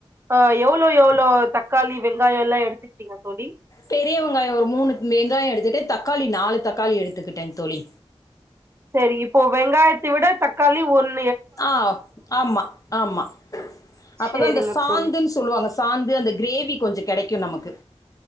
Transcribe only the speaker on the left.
பெரிய வெங்காயோ ஒரு மூணு வெங்காயோ எடுத்துட்டு தக்காளி நாலு தக்காளி எடுத்துக்கிட்டே தோழி
ஆ ஆமா ஆமா அப்பதா
அந்த சாந்துன்
சொல்வாங்க சாந்து அந்த கிரேவி கொஞ்சோ கெடைக்கு நமக்கு